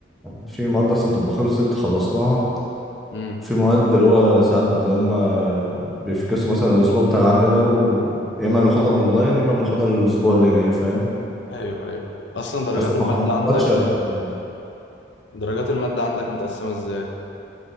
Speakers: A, in the centre; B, on the left.
A: في مواد اصلا بتبقى خلصت خلصناها
B: امم
A: في مواد اللي هو ساعات اللي هم بيفكسوا مثلا الاسبوع بتاع العمل ده و... يا اما ناخدها اونلاين يا اما بناخدها الاسبوع اللي جاي فاهم
B: ايوه ايوه اصلا درجات
A: بس المحاضرات
B: المادة عندك
A: شغاله
B: درجات المادة عندك متقسمة ازاي